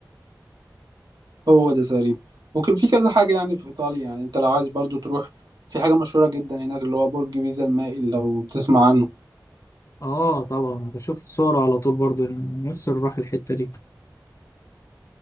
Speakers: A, on the right; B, on the left.
A: هو ده تقريبا وكان في كذا حاجه يعني في ايطاليا يعني انت لو عايز برضو تروح في حاجه مشهوره جدا هناك اللي هو برج بيزا المائل لو تسمع عنه
B: اه طبعا بشوف صوره على طول برضه نفسي نروح الحتة دي